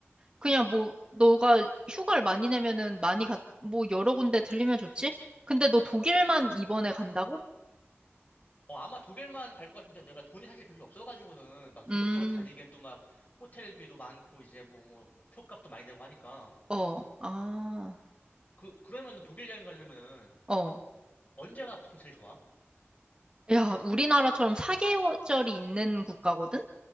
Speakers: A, on the right; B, on the left.
A: 그냥 뭐, 너가 휴가를 많이 내면은 많이 갔, 뭐, 여러 군데 들리면 좋지? 근데 너 독일만 이번에 간다고?
B: 어, 아마 독일만 갈 것 같은데 내가 돈이 사실 별로 없어가지고는 막 이곳저곳
A: 음,
B: 다니기엔 또 막 호텔비도 많고 이제 뭐, 뭐 표값도 많이 내고 하니까
A: 어, 아,
B: 그 그러면은 독일 여행 가려면은
A: 어.
B: 언제가 보통 제일 좋아?
A: 야, 우리나라처럼 4계절이 있는 국가거든?